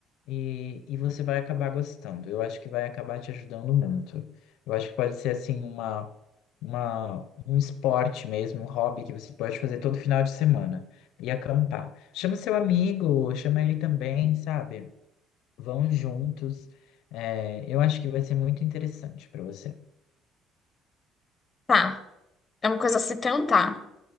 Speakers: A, on the left; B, on the left.
A: E, e você vai acabar gostando. Eu acho que vai acabar te ajudando muito. Eu acho que pode ser assim uma, uma, um esporte mesmo, um hobby que você pode fazer todo final de semana e acampar. Chama seu amigo, chama ele também, sabe? Vão juntos. É, eu acho que vai ser muito interessante para você.
B: Tá, é uma coisa a se tentar.